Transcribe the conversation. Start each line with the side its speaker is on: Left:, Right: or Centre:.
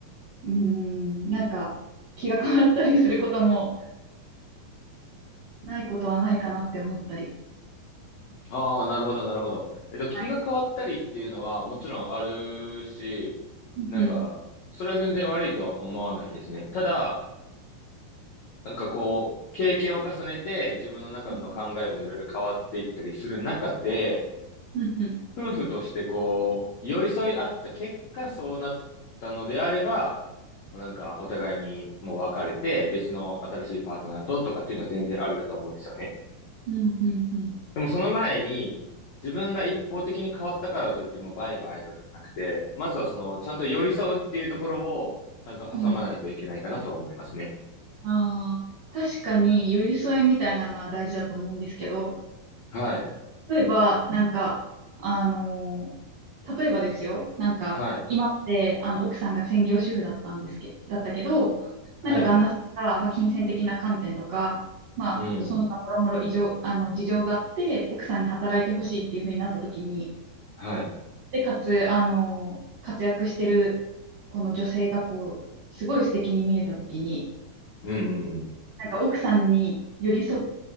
Right: うん、なんか気が変わったりすることもないことはないかなって思ったり。
Left: ああ、なるほど、なるほど。えっと、気が変わったりっていうのはもちろんあるし、
Right: はい。
Left: なんか、
Right: うん。
Left: それは全然悪いとは思わないですね。ただ、なんかこう、経験を重ねて自分の中の考えもいろいろ変わっていったりする中で、
Right: うん。うん。うん。
Left: 夫婦としてこう、寄り添い合った結果そうなったのであれば、もうなんかお互いにもう別れて別の新しいパートナーととかっていうのは全然ありだと思うんですよね。
Right: うん。うん。
Left: でもその前に自分が一方的に変わったからといってもうバイバイとかじゃなくて、まずはそのちゃんと寄り添うっていうところをちゃんと挟まないといけないかなとは思いますね。
Right: うん。ああー、確かに寄り添いみたいなのは大事だと思うんですけど、
Left: はい。
Right: 例えば、なんか、あのー例えばですよ、なんか、
Left: はい。
Right: 今って、あの、奥さんが専業主婦だったんですけ、だったけど、
Left: はい。
Right: なんか旦那さんが、まあ、金銭的な観点とか、まあ、
Left: うん。
Right: その他もろもろ異常、あの、事情があって、奥さんに働いてほしいっていう風になった時に、
Left: はい。
Right: で、かつ、あのー活躍してる、この女性がこう、すごい素敵に見えた時に、
Left: うんうん。
Right: なんか奥さんに寄り添っ